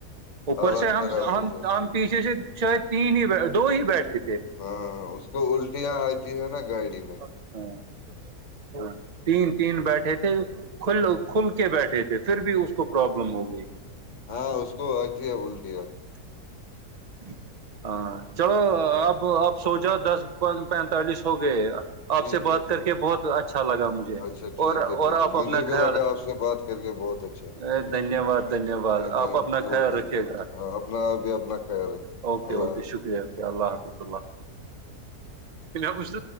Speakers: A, on the right (about 40°); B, on the left (about 50°).
A: اوپر
B: حالت
A: سے ہم
B: خراب
A: ہم
B: ہو جاتی
A: ہم
B: ہے اس
A: پیچھے
B: کی
A: سے شاید تین ہی دو ہی بیٹھے تھے
B: ہاں اس کو الٹیاں آتی ہے نا گاڑی میں
A: <unintelligible> تین تین بیٹھے تھے کل کھل کے بیٹھے تھے پھر بھی اس کو پرابلم لم ہو گئی
B: ہاں اس کو اتی ہے بولٹی ہے
A: <inaudible> ہاں چلو اب آپ سو جا دس پینتالیس ہو گئے آپ
B: ٹھیک
A: سے بات
B: ہے ٹھیک
A: کر کے بہت اچھا لگا مجھے
B: اچھا ٹھیک
A: اور
B: ہے ٹھیک
A: اور
B: ہے
A: آپ اپنا
B: مجھے بھی
A: خیال
B: لگا آپ سے بات کر کے بہت اچھا
A: ا دن دھن واد دھنیہ واد
B: ٹھیک
A: آپ
B: ہے
A: اپنا
B: چلو
A: خیال
B: ٹھیک
A: رکے گا
B: اپنا بھی اپنا خیال رکھ
A: اوکے
B: اللہ
A: اوکے شکریہ اللہ حافظ اللہ پوچھ